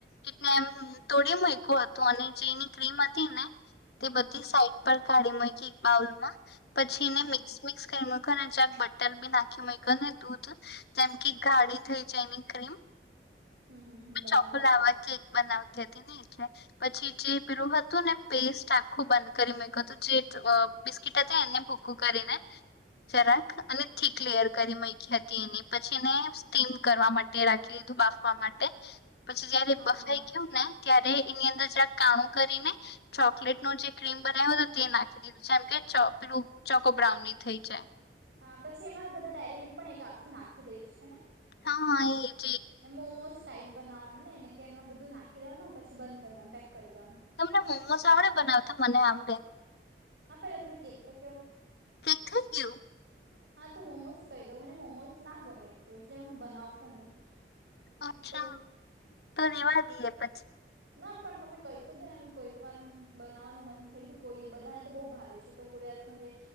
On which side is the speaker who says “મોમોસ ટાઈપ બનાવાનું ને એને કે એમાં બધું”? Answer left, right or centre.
Right